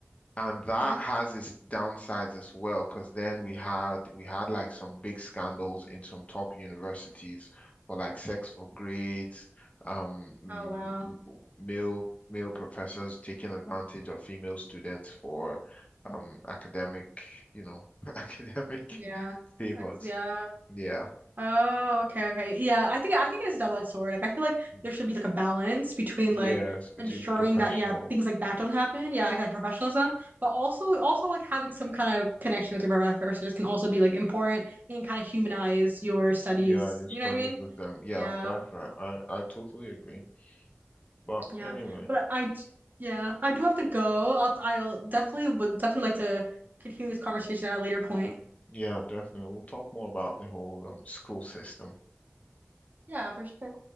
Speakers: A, on the left; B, on the right.
A: And that
B: Mm-hmm.
A: has its downsides as well, because then we had we had like some big scandals in some top universities for like sex for grades, um, mm,
B: Oh wow.
A: male male professors taking advantage of female students for um academic, you know, <laughs> academic
B: Yeah.
A: favors.
B: That's yeah.
A: Yeah.
B: Oh, okay, okay. Yeah, I think I think it is a double-edged sword. Like I feel like
A: Mm.
B: there should be like a balance between
A: Yes,
B: like
A: between
B: ensuring
A: professional.
B: that yeah, things like that don't happen. Yeah, like, like professionalism, but also also like having some kind of connection with your professors can also be like important and kind of humanize your studies.
A: Yeah, your studies
B: You know what I mean?
A: with them. Yeah,
B: Yeah.
A: that's right. I I totally agree. But
B: Yeah.
A: anyway.
B: But I, I d- yeah, I do have to go. I'll I'll definitely would definitely like to continue this conversation at a later point.
A: Yeah, definitely. We'll talk more about the whole um, school system
B: Yeah, for sure.